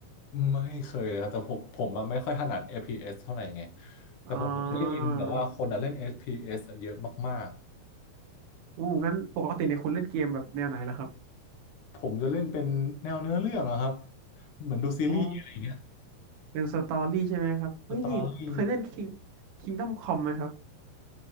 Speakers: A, on the left; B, on the right.
A: ไม่เคยเลยครับแต่ผมผมอะไม่ค่อยถนัด f พีเอสเท่าไหร่ไงแต่ผมได้ยินแต่ว่าคนอะเล่นเอฟพี
B: อ่า
A: s อสอะเยอะมาก
B: อู้งั้นปกติในยคุณเล่นเกมแบบแนวไหนล่ะครับ
A: ๆผมจะเล่นเป็นแนวเนื้อเรื่องอะครับเหมือนดูซีรีส์อะไรอย่างเงี้ย
B: อ๋อเป็นสตอรี่ใช่ไหมครับเฮ้ยนี่เคยเล่น
A: สตอรี่
B: King Kingdom Come ไหมครับ